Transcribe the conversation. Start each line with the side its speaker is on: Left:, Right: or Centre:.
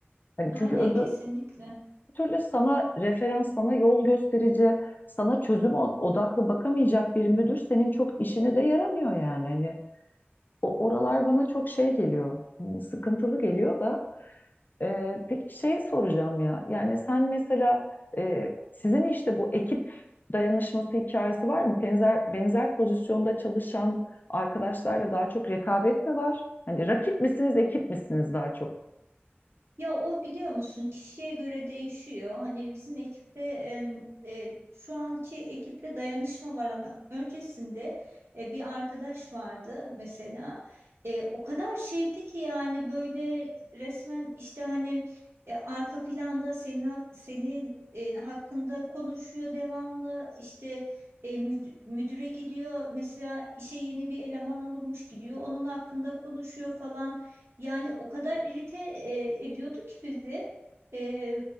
Left: Hani
Right: Aynen
Left: çünkü öbür
Right: kesinlikle.
Left: türlü sana referans, sana yol gösterici, sana çözüm odaklı bakamayacak bir müdür senin çok işine de yaramıyor yani. Hani o oralar bana çok şey geliyor, hmm, sıkıntılı geliyor da ee, peki şey soracağım ya. Yani sen mesela e, sizin işte bu ekip dayanışması hikayesi var mı? Benzer benzer pozisyonda çalışan arkadaşlarla daha çok rekabet mi var? Hani rakip misiniz, ekip misiniz daha çok?
Right: Ya o biliyor musun kişiye göre değişiyor. Hani bizim ekipte em, e, şu anki ekipte dayanışma var ama öncesinde e, bir arkadaş vardı mesela. E, o kadar şeydi ki yani böyle resmen işte hani e, arka planda senin hak- senin e, hakkında konuşuyor devamlı işte e, müd- müdüre gidiyor mesela işe yeni bir eleman alınmış gidiyor onun hakkında konuşuyor falan. Yani o kadar irite e, ediyordu ki bizi. E,